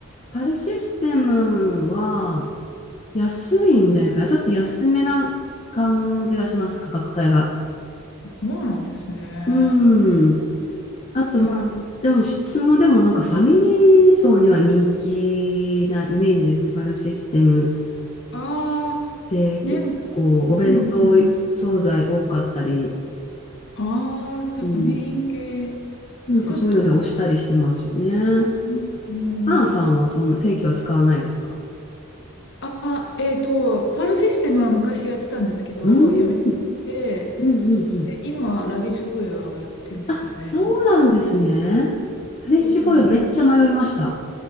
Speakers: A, on the left (about 30°); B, on the left (about 55°).
A: パルシステムは安いんじゃないかな。ちょっと安めな感じがします、価格帯が。
B: そうなんですね。
A: うん。あと、
B: えー
A: まあ、でも質もでもなんかファミリー層には人気なイメージですね、パルシステム。
B: あ
A: で、
B: あ、
A: 結構お弁当惣菜多かったり、
B: ね、うんうんうん。ああ、じゃあファミリー向け
A: うん、なんかそういうので押したりしてますよね。
B: で、ちょっと、うんうんうん。
A: パなさんはそんな正規は使わないですか
B: ああ、えっと、パールシステムは昔やってたんですけど、
A: うーん、
B: やめて、
A: うんうんうん
B: で、今、ラディッチュボーヤーをやってんですよね。
A: あ、そうなんですね。フレッシュボーイはめっちゃ迷いました。
B: そうそうそう。